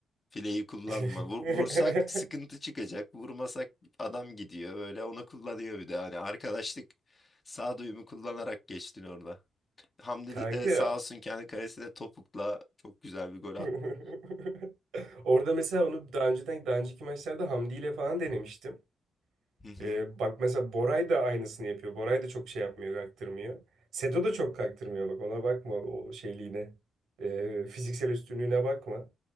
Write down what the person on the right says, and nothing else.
<laughs>
Kanka.
<laughs>
Orada mesela onu daha önceden daha önceki maçlarda Hamdi ile falan denemiştim.
Ee, bak mesela Boray da aynısını yapıyor. Boray da çok şey yapmıyor, kaktırmıyor. Sedo da çok kaktırmıyor bak ona bakma o şeyliğine. Ee, fiziksel üstünlüğüne bakma.